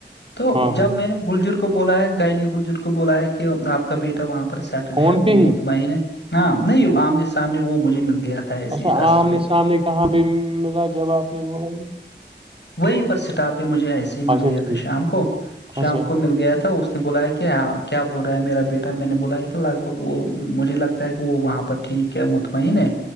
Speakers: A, on the left; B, on the right.
A: تو
B: ہاں
A: جب
B: ہاں
A: میں نے گلجر کو بولا ہے گائنی گلجر کو بولا ہے کہ آپ کا بیٹا وہاں پر سیٹل
B: فون
A: ہے وہ
B: پہ ہی
A: مطمئن ہے ہاں نہیں آمنے سامنے وہ مجھے مل گیا تھا ایسے
B: اچھا
A: راستے
B: آمنے
A: پہ
B: سامنے کہاں پہ ملا جب آپ نے بولا
A: وہی پر سٹاپ مجھے ایسے ہی مل
B: اچھا
A: گیا
B: ٹھیک
A: تھا شام کو
B: اچھا
A: شام کو مل گیا تھا اس نے بلایا کہ کیا کیا بول رہا ہے میرا بیٹا میں نے بولا ہے کہ لگ بھ وہ مجھے لگتا ہے کہ وہاں پر ٹھیک کیا مطمئن ہے